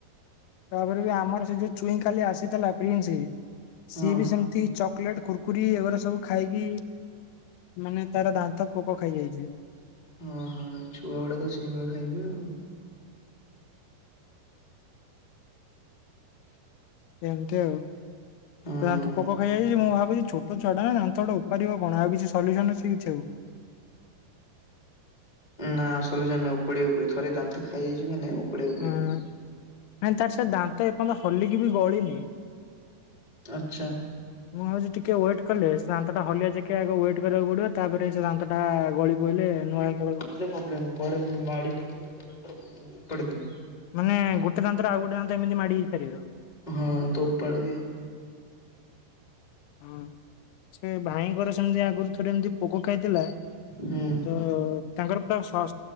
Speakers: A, on the left; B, on the left.
A: ତାପରେ ବି ଆମର ସେ ଯୋଉ ଚୁଇଁ ଖାଲି ଆସିଥିଲା, ପ୍ରିନ୍ସ, ସିଏ
B: ହଁ
A: ବି ସେମି଼ତି ଚକଲେଟ, କୁରକୁରି ଏଗୁଡ଼ା ସବୁ ଖାଇକି ମାନେ ତାର ଦାନ୍ତ ପୋକ ଖାଇଯାଇଛି।
B: ହଁ ହଁ ଛୁଆ ଗୁଡ଼ା ତ ସେଇଭଳିଆ ଖାଇବେ ଆଉ
A: ଏମିତି ଆଉ।
B: ହଁ।
A: ତାର ପୋକ ଖାଇଯାଇଛି ମୁଁ ଭାବୁଛି ଛୋ ଛୋଟ ଛୁଆଟା ନା ଦାନ୍ତଟା ଉପାଡ଼ିବ କଣ ଆଉ କିଛି ସଲ୍ୟୁସନ ଅଛି କିଛି ଆଉ?
B: ନା ସଲ୍ୟୁସନ୍ ନାଇଁ ଉପାଡ଼ିବାକୁ ପଡ଼ିବ ଥରେ ଦାନ୍ତ ଖାଇଯାଇଛି ମାନେ ଉପଡ଼ିବାକୁ
A: ହଁ
B: ପଡ଼ିବ।
A: ନାଇଁ ତାର ସେ ଦାନ୍ତ ଏପର୍ଯ୍ୟନ୍ତ ହଲିକି ବି ଗଳିନି।
B: ଆଚ୍ଛା।
A: ମୁଁ ଭାବୁଛି ଟିକେ ୱେଟ୍ କଲେ ସେ ଦାନ୍ତଟା ହଲିଆ ଯାଇକି ଆଗ ୱେଟ୍ କରିବାକୁ ପଡ଼ିବ ତାପରେ ସେ ଦାନ୍ତ ଟା ଗଳି ପଇଲେ ନୂଆ ଦାନ୍ତ ପୁଣି ଉଠିବ।
B: ପ୍ରୋବ୍ଲେମ୍ କୁଆଡ଼େ ମାଡ଼ି ଫାଡ଼ି ଫୁଲିବ ତ ବେଟର ଉପାଡ଼ି ଦିଅ।
A: ମାନେ ଗୋଟେ ଦାନ୍ତରୁ ଆଉ ଗୋଟେ ଦାନ୍ତ ଏମିତି ମାଡ଼ି ହୋଇ ପାରିବ।
B: ହଁ ତ ଉପାଡ଼ି ଦିଅ।
A: ହଁ ସେ ଭାଇଙ୍କର ସେମିତି ଆଗରୁ ଥରେ ଏମିତି ପୋକ ଖାଇଥିଲା।
B: ହୁଁ।
A: ତ ତାଙ୍କର ପୁରା ଶହ